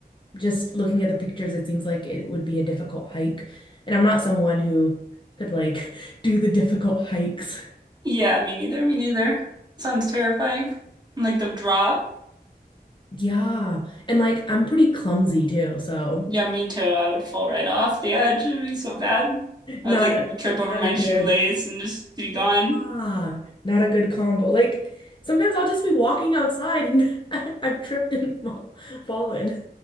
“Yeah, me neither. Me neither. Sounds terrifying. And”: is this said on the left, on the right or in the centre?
Right